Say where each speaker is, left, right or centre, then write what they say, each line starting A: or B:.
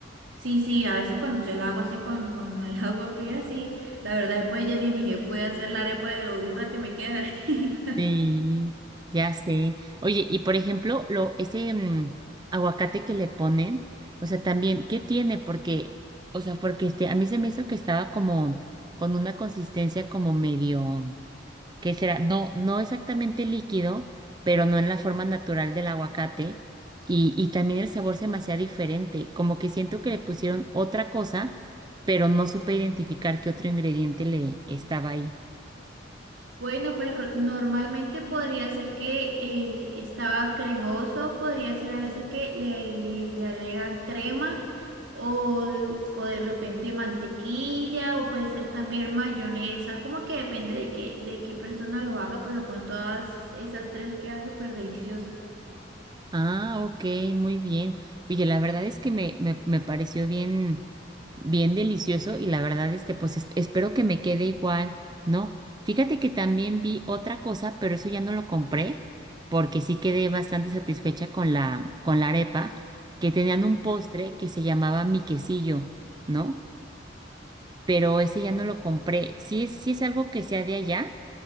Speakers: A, on the right; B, on the right.
A: Sí, sí, a veces cuando yo la hago así con, con el <laughs> agua fría, sí, la verdad después ya ni, ni se puede hacer la arepa de lo dura que me queda la harina.
B: Sí, ya sé. Oye, y por ejemplo, lo, ese mm, aguacate que le ponen, o sea, también, ¿qué tiene? Porque, o sea, porque este, a mí se me hizo que estaba como con una consistencia como medio. ¿Qué será? No, no exactamente líquido, pero no en la forma natural del aguacate. Y, y también el sabor se me hacía diferente, como que siento que le pusieron otra cosa, pero no supe identificar qué otro ingrediente le estaba ahí.
A: Bueno, pues ro- normalmente podría ser que eh, estaba cremoso, podría ser a veces que le, le- le agregan crema o, o de repente mantequilla o puede ser también mayonesa, como que depende de qué, de qué persona lo haga, pero con todas esas tres queda súper deliciosa.
B: Ah, ok, muy bien. Oye, la verdad es que me, me, me pareció bien, bien delicioso y la verdad, este, pues es- espero que me quede igual, ¿no? Fíjate que también vi otra cosa, pero eso ya no lo compré porque sí quedé bastante satisfecha con la, con la arepa, que tenían un postre que se llamaba mi quesillo, ¿no? Pero ese ya no lo compré. ¿Sí es, sí es algo que sea de allá